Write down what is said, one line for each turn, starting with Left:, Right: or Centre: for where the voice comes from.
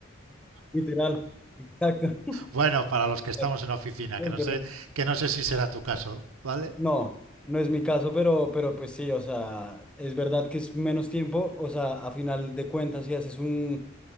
Centre: Literal, exacto,
Right: Bueno, para
Centre: <laughs>
Right: los que estamos en oficina,
Centre: No,
Right: que
Centre: es
Right: no
Centre: verdad.
Right: sé, que no sé si será tu caso, ¿vale?
Centre: No, no es mi caso, pero, pero pues sí, o sea, es verdad que es menos tiempo, o sea, a final de cuentas, si haces un,